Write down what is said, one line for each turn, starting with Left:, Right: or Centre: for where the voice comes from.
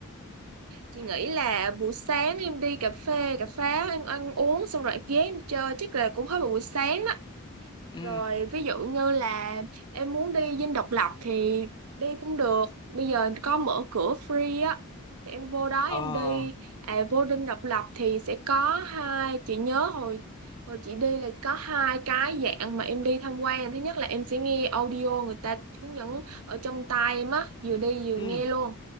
Right: chị nghĩ là buổi sáng em đi cà phê, cà pháo, em ăn uống xong rồi em ghé em chơi chắc là cũng hết một buổi sáng đó.
Left: ừ
Right: Rồi ví dụ như là em muốn đi Dinh Độc Lập thì đi cũng được. Bây giờ có mở cửa free á. Thì em vô đó
Left: ờ
Right: em đi. À vô Dinh Độc Lập thì sẽ có hai, chị nhớ hồi hồi chị đi là có hai cái dạng mà em đi tham quan. Thứ nhất là em sẽ nghe audio người ta hướng dẫn ở trong tai em á, vừa đi vừa
Left: ừ
Right: nghe luôn.